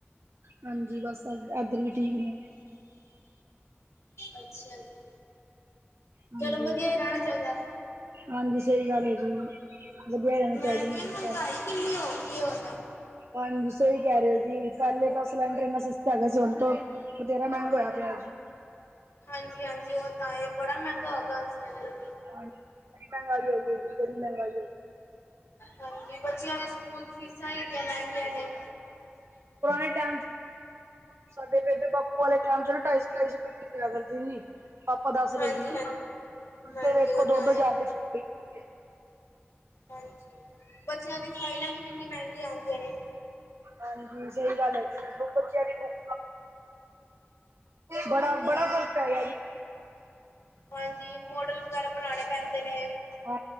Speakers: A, on the right; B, on the left.
A: ਹਾਂਜੀ ਬਸ ਏਧਰ ਵੀ ਠੀਕ ਨੇ‌।
B: ਅੱਛਿਆ ਜੀ।
A: ਹਾਂਜੀ
B: ਚਲੋ ਵਧੀਆ ਹੀ ਰਹਿਣਾ ਚਾਹੀਦਾ
A: ਹਾਂਜੀ ਸਈ ਗੱਲ ਏ ਜੀ ਵਧੀਆ ਰਹਿਣਾ
B: ਮੈਂ
A: ਚਾਹੀਦਾ
B: ਕਿਆ
A: ਨਾ ਜੀ
B: ਮੰਗਾਈ
A: ਸਾਰਾ।
B: ਕਿੰਨੀ ਹੋ ਗਈ ਏ ਹੁਨ
A: ਹਾਂਜੀ ਸਹੀ ਕਹਿ ਰਹੇ ਹੋ ਜੀ ਪਹਿਲੇ ਤਾਂ ਸਿਲੰਡਰ ਇੰਨਾ ਸਸਤਾ ਹੈਗਾ ਸੀ ਹੁਣ ਤੋਂ ਵਧੇਰਾ ਮਹਿੰਗਾ ਹੋਇਆ ਪਿਆ ਜੀ।
B: ਹਾਂਜੀ ਹਾਂਜੀ ਉਹ ਤਾਂ ਇਹ ਬੜਾ ਮੈਅਗਾ ਹੋਗਾ ਸਿਲੰਡਰ। ਵੀ
A: ਹਾਂ ਜੀ ਬੜੀ ਮਹਿੰਗਾਈ ਹੋਈਅ, ਬੜੀ ਮਹਿੰਗਾਈ ਹੋਇ
B: ਹਾਂਜੀ, ਬੱਚਿਆਂ ਦੇ ਸਕੂਲ ਦੀ ਫੀਸਾਂ ਈ ਐਡੀਆਂ ਮਹਿੰਗੀਆਂ ਨੇ।
A: ਟ ਸਾਡੇ ਬੇਬੇ ਬਾਪੂ ਵਾਲੇ ਟਾਈਮ ਚ ਢਾਈ ਸੌ ਢਾਈ ਸੌ ਰੁਪਏ ਫੀਸ ਲਿਆ ਕਰਦੀ ਸੀ ਪਾਪਾ ਦੱਸ ਰਹੇ
B: ਹਾਂਜੀ
A: ਸੀ,
B: ਹਾਂਜੀ ਹਾਂਜੀ
A: ਤੇ ਵੇਖੋ
B: ਉਹ
A: ਦੋ
B: ਤਾਂ
A: ਦੋ
B: ਹੈ
A: ਹਜ਼ਾਰ ਦੇ ਏਕ ਏ
B: ਹਾਂਜੀ, ਬੱਚਿਆਂ ਦੀ ਫਾਈਲਾਂ ਵੀ ਇੰਨੀ ਮਹਿੰਗੀਆਂ ਆਂਦੀਆਂ ਨੇ।
A: ਹਾਂਜੀ, ਸਹੀ ਗੱਲ ਐ ਜੀ ਬੱਚਿਆ ਦੀ ਬੁੱਕ ਬੜਾ, ਬੜਾ
B: ਹਾਂਜੀ
A: ਫਰਕ ਪੇ ਗਿਆ ਜੀ।
B: ਹਾਂਜੀ, ਮੋਡਲ ਵਗੈਰਾ ਬਣਾਣੇ ਪੈਂਦੇ ਨੇ।
A: ਹਾਂ,